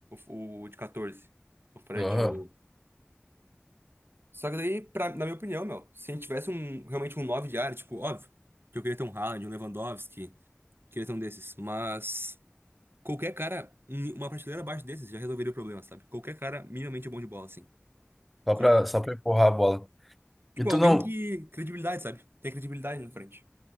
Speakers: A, on the right (about 60°); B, in the centre.
A: O, o de 14. O Fred,
B: Aham.
A: o. Só que daí, pra- na minha opinião, meu, se a gente tivesse um, realmente um 9 de área, tipo, óbvio, que eu queria ter um Haaland, um Lewandowski, queria ter um desses, mas qualquer cara, em uma prateleira abaixo desses já resolveria o problema, sabe? Qualquer cara minimamente bom de bola, assim.
B: Só
A: Com,
B: pra, só pra empurrar a bola.
A: tipo,
B: E tu
A: alguém
B: não.
A: que. Credibilidade, sabe? Tem credibilidade na frente.